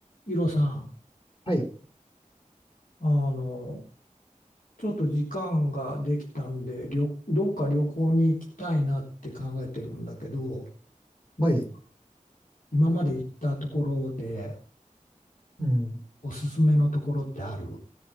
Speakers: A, on the left; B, on the left.
A: イロさん、
B: はい、
A: あの、ちょっと時間ができたんで、旅どっか旅行に行きたいなって考えてるんだけど、ど、
B: はい、
A: 今まで行ったところで
B: うん。
A: おすすめのところってある